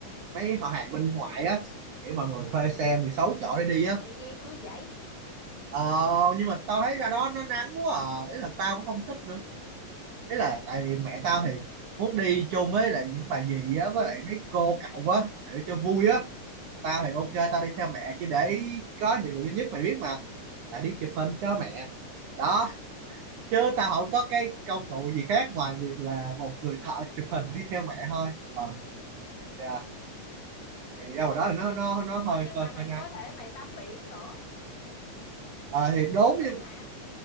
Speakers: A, on the right; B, on the left.
A: mấy họ hàng bên ngoại á, kiểu mọi người thuê xe 16 chỗ để đi á.
B: Ê, nghe vui vậy
A: Ờ, nhưng mà tao thấy ra
B: ừ
A: đó nó nắng quá à, ý là tao cũng không thích nữa. Ý là tại vì mẹ tao thì muốn đi chôn với lại những bà dì á với lại mấy cô cậu á để cho vui á. Tao thì ok, tao đi theo mẹ chỉ để có nhiệm vụ duy nhất mày biết mà là đi chụp hình cho mẹ đó chứ tao không có cái công cụ gì khác ngoài việc là một người thợ chụp hình đi theo mẹ thôi ờ dạ. thì đâu vào đó thì nó nó nó hơi
B: ôi nhưng
A: hơi,
B: mà mày
A: hơi nắng
B: có thể mày tắm biển nữa
A: ờ thì
B: mày
A: đúng
B: được tắm biển
A: nhưng
B: mà